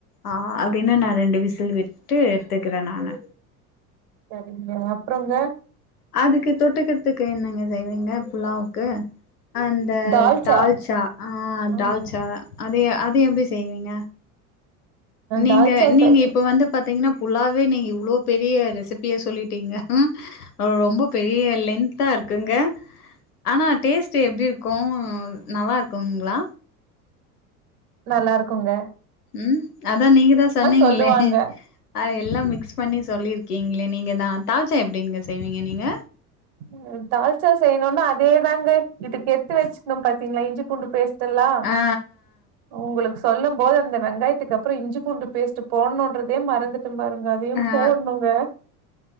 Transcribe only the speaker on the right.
சரிங்க அப்றோங்க
தால்ச்சா
ஆ
தால்ச்சா
செ
நல்லார்க்குங்க
சொல்லுவாங்க
அ தால்ச்சா செய்ணுன்னா அதேதாங்க இட்டுக் எத்து வெச்சுக்ணும் பாத்தீங்ளா இஞ்சி பூண்டு பேஸ்ட் டெல்லா
உங்குளுக் சொல்லும் போது அந்த வெங்காயத்துக்கப்றோ இஞ்சி பூண்டு பேஸ்ட்டு போன்ணுன்றதே மறந்துட் சம் பாருங்க அதையும்
போன்ணுங்க